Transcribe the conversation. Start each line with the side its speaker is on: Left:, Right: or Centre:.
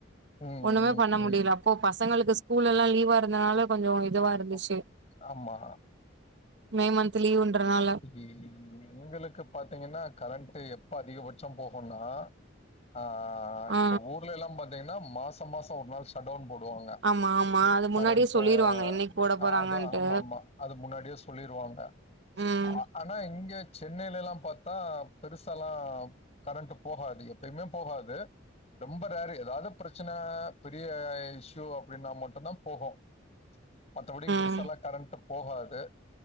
Left: ம்
Right: ஒண்ணுமே
Left: ம் ம்
Right: பண்ண முடியல
Left: ம்
Right: அப்போ பசங்களுக்கு ஸ்கூல்லெல்லா லீவா இருந்தனால கொஞ்சோ இதுவா இரு ந்துச்சு
Left: ஆம். ஆமா
Right: மே மந்த்து லீவுன்றனால
Left: இ இ எங்களுக்கு பாத்தீங்கன்னா கரண்ட்டு எப்ப அதிகபட்சோ போகுன்னா ஆ
Right: ஆ
Left: இப்ப ஊர்ல எல்லா பாத்தீங்கன்னா மாச மாச ஒரு நாள் ஷட்டவுன் போடுவாங்க
Right: ஆமா ஆமா அது முன்னாடியே
Left: கரண்ட்டு
Right: சொல்லிருவாங்க என்னைக்கு போட
Left: ஆ
Right: போறாங்கன்ட்டு
Left: அது ஆமா ஆமா அது முன்னாடியே சொல்லிருவாங்க
Right: ம்
Left: ஆ ஆனா இங்க சென்னையிலெல்லா பாத்தா பெருசாலா கரண்ட்டு போகாது எப்பயுமே போகாது ரொம்ப ரேரு எதாவ்து ப்ரச்சனை பெரிய இஷ்யூ அப்டின்னா மட்டுந்தா போகூ மத்தபடி பெருசாலா
Right: ம்
Left: கரண்ட்டு போகாது